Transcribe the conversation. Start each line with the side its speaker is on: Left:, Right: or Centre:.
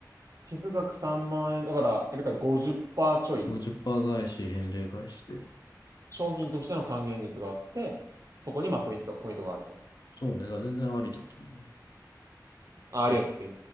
Right: 寄付額3万円、だから、あれか50%ちょい、
Left: 50%返し、返礼返しで。
Right: 商品としての還元率があって、そこにまあポイント、ポイントがあると。
Left: そうね、だから全然ありだと思う。
Right: あ、
Left: ちょっと一
Right: ありがとう、次。